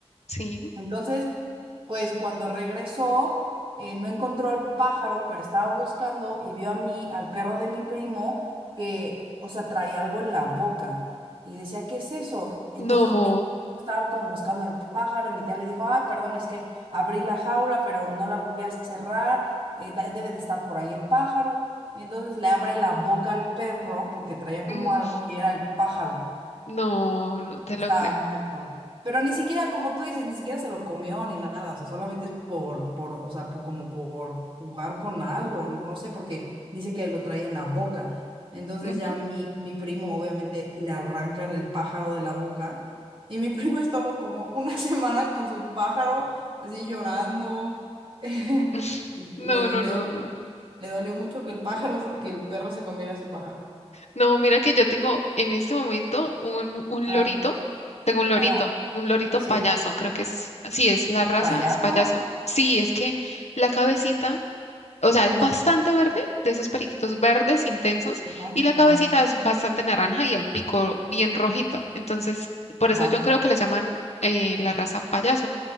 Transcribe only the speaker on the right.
Entonces, pues cuando regresó, eh, no encontró al pájaro, pero estaba buscando y vio a mí, al perro de mi primo, que, o sea, traía algo en la boca. Y decía, ¿qué es eso? Entonces
mi estaba como buscando al pájaro y mi tía le dijo, ah, perdón, es que abrí la jaula, pero no la volví a cerrar, eh, da- debe de estar por ahí el pájaro. Y entonces le abre la boca al perro porque traía como
algo y era el pájaro.
Estaba
muerto. Pero ni siquiera, como tú dices, ni siquiera se lo comió ni nada. O sea, solamente es por, por, o sea, por- como por jugar con algo. No no sé, porque dice que lo traía en la boca. Entonces
ya mi, mi primo, obviamente, le arrancan el pájaro de la boca. Y mi <laughs> primo estuvo como una <laughs> semana con su pájaro, así llorando. <laughs>
Le, le
dolió,
le dolió mucho que el pájaro, se- que el perro se comiera su pájaro.
Ah,
ajá,
sí.
¿Payaso?
Ajá.
Ajá,
ajá,
ajá.